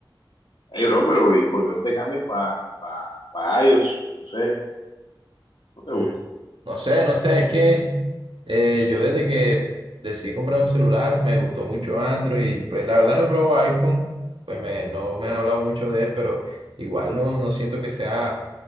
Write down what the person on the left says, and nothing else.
Hey, bro, pero ¿y por qué no te cambias para pa, pa pa iOS? No sé, no te
gusta.